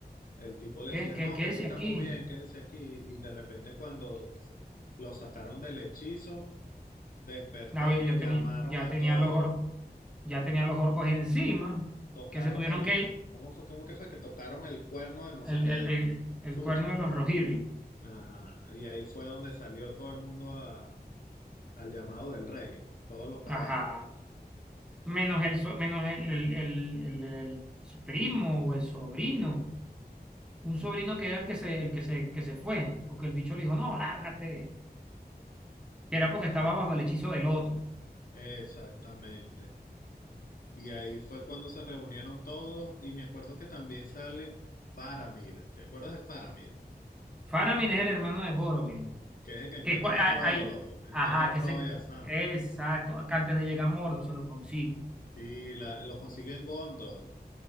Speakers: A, on the left; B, in the centre.
A: El tipo le
B: ¿Qué,
A: decía,
B: qué,
A: no,
B: qué
A: que aquí
B: es
A: estamos
B: aquí?
A: bien, quédese aquí. Y de repente cuando lo sacaron del hechizo, despertó
B: No, ya,
A: y llamaron
B: tenía, ya
A: a
B: tenía
A: todos.
B: los orcos, ya tenía los orcos encima,
A: Tocaron
B: que se tuvieron
A: el,
B: que ir.
A: ¿cómo fue? ¿Cómo que fue? Que tocaron el cuerno de no
B: El,
A: sé qué
B: el, el, el
A: chucha.
B: cuerno de los Rohirrim.
A: Ajá. Y ahí fue donde salió todo el mundo a- al llamado del rey, todos los caballos.
B: Ajá. Menos el, so- menos el, el, el, el- el primo o el sobrino. un sobrino que era el que se, el que se, que se fue, porque el bicho le dijo, no, lárgate, que era porque
A: Ajá,
B: estaba bajo el hechizo del otro.
A: exactamente. Y ahí fue cuando se reunieron todos y me acuerdo que también sale Faramir. ¿Te acuerdas de Faramir?
B: Faramir es el hermano de Boromir,
A: Que es el que encuentra
B: que cua-
A: a
B: hay,
A: Frodo,
B: hay-
A: encuentra
B: ajá,
A: a
B: que
A: Frodo
B: se,
A: y a Sam.
B: exacto, que antes de llegar a Mordo se lo consigue.
A: Y la, los consigue en Gondor.